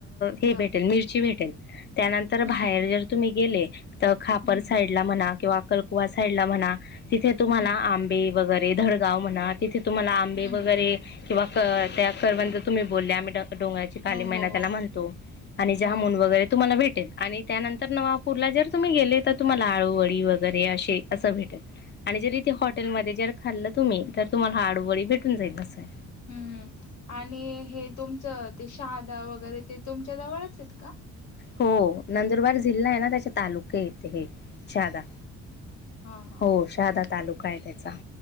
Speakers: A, on the left (about 35°); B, on the left (about 75°).
A: हे
B: हा
A: भेटेल मिरची भेटेल त्यानंतर
B: हम्म
A: बाहेर जर तुम्ही गेले तर खापर
B: हं,
A: साईडला म्हणा किंवा कलकुवा साईडला म्हणा तिथे तुम्हाला
B: हं,
A: आंबे वगैरे धडगाव म्हणा तिथे तुम्हाला आंबे
B: हं,
A: वगैरे
B: हं, हं.
A: किंवा क करवंद तुम्ही बोलल्याम्ही डोंगराची काली
B: हो,
A: महिना
B: हो,
A: त्याला
B: हो,
A: म्हणतो आणि जामुन
B: हो.
A: वगैरे तुम्हाला भेट भेटे आणि त्यानंतर नवापूरला जर तुम्ही गेले तर तुम्हाला आळूवडी वगैरे असे असं भेटेल आणि जर इथे हॉटेलमध्ये जर खाल्ल तुम्ही तर तुम्हाला अळूवडी भेटून जाईल कसं आहे
B: हम्म आणि हे तुमचं ते शहादा वगैरे ते तुमच्या जवळच आहेत का
A: हो नंदुरबार जिल्हा आहे ना त्याचे तालुके हे शहादा
B: हां, हां.
A: हो शहादा तालुका आहे त्याचा